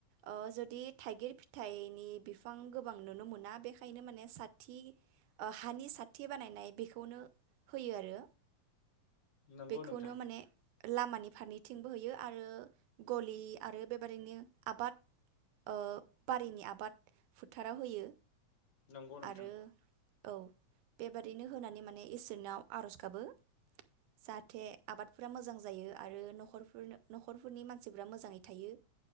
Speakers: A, on the right (about 90°); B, on the left (about 65°).
A: ओ जुदि थाइगिर फिथाइनि बिफां गोबां नुनो मोना बेखायनो माने साथि ओ हानि साथि बानायनाय बेखौनो होयो आरो।
B: नंगौ
A: बेखौनो
B: नोंथां
A: माने लामानि फारनैथिंबो होयो आरो गलि आरो बेबादिनो आबाद ओ बारिनि आबाद फोथाराव होयो।
B: नंगौ नोंथां
A: आरो औ बेबादिनो होनानै माने इसोरनाव आरज गाबो जाहाथे आबादफोरा मोजां जायो आरो नखरफोर न'खरफोरनि मानसिफ मोजाङै थायो।